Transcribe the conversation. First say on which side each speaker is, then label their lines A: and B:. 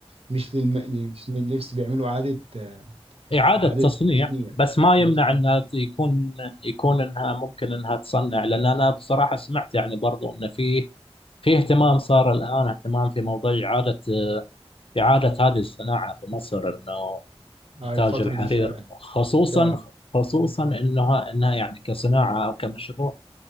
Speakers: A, on the right; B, on the left.
A: مش للم... مش لللبس بيعملوا اعاده آه،
B: إعادة
A: اعاده
B: تصنيع
A: تصنيع
B: بس ما
A: مظبوط
B: يمنع انها يكون يكون انها ممكن انها تصنع لان انا بصراحة سمعت يعني برضو ان فيه في اهتمام صار الان اهتمام في موضوع إعادة إعادة هذه الصناعة في مصر انه
A: آه،
B: إنتاج
A: الفتره
B: الحرير
A: دي فعلا
B: خصوصا
A: فعلا
B: خصوصا انها انها يعني كصناعة او كمشروع